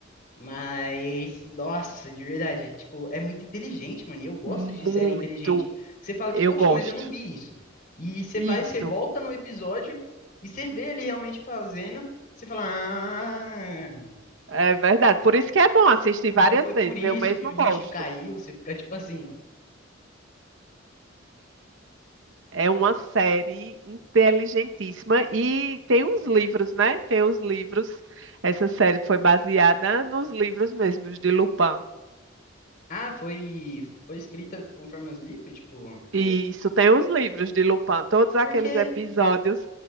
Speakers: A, on the left; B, on the right.
A: Mas, nossa, de verdade, tipo, é muito inteligente, mano. E eu gosto
B: Muito,
A: de série inteligente. Você fala,
B: Eu
A: tipo, poxa,
B: gosto.
A: mas eu não vi isso. E você
B: Isso.
A: vai, você volta no episódio e você vê ele realmente fazendo. Você fala, ah,
B: É verdade. Por isso que é bom assistir várias
A: então foi por
B: vezes.
A: isso
B: Eu mesmo
A: que o lixo
B: gosto.
A: caiu. Você fica tipo assim.
B: É uma série inteligentíssima e tem uns livros, né? Tem os livros. Essa série foi baseada nos livros mesmos de Lupin.
A: Ah, foi, foi escrita conforme os livros, tipo.
B: Isso, tem os livros de Lupin. Todos aqueles
A: Porque
B: episódios